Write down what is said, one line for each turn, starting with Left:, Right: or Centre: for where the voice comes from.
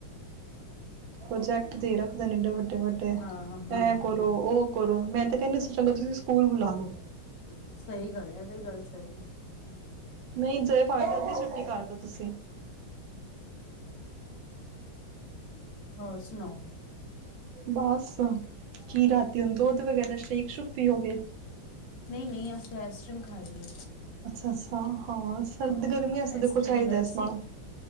Right: ਪ੍ਰੋਜੈਕਟ ਦੇ ਰੱਖਦੇ ਨੇ ਇਡੇ ਵੱਡੇ ਵੱਡੇ ਵੱਡੇ
Left: ਹਾਂ-ਹਾਂ-ਹਾਂ।
Right: ਐਂ ਕਰੋ ਉਹ ਕਰੋ ਮੈਂ ਤੇ ਕਹਿੰਦੇ ਸੀ ਚਲੋ ਤੁਸੀਂ ਸਕੂਲ ਲਾ ਲੋ।
Left: ਸਹੀ ਸਹੀ ਗੱਲ ਐ ਇਹ ਵੀ ਗੱਲ ਸਹੀ ਐ।
Right: ਨਹੀਂ ਚਹੇ ਪਾਵੇ ਜਲਦੀ ਛੁੱਟੀ ਕਰ ਦੋ। ਤੁਸੀਂ
Left: ਹੋਰ ਸੁਣਾਓ।
Right: ਬਸ ਕੀ ਰਾਤੀ ਹੁਣ ਦੁੱਧ ਵਗੈਰਾ ਸੈ਼ਕ ਸ਼ੁਕ ਪੀਊ ਗਏ।
Left: ਨਹੀਂ ਨਹੀਂ, ਅਸੀਂ ਆਈਸ ਕਰ੍ਰੀਮ ਖਾਈਏ।
Right: ਅੱਛਾ ਅੱਛਾ ਹਾਂ ਸਰਦ
Left: ਹਾਂ
Right: ਗਰਮੀਆਂ ਸ
Left: ਆਈਸਕ੍ਰੀਮ
Right: ਦੇਖੋ ਚਾਹੀਦਾ
Left: ਮੰਗਾਈ ਸੀ
Right: ਸਮਾਨ।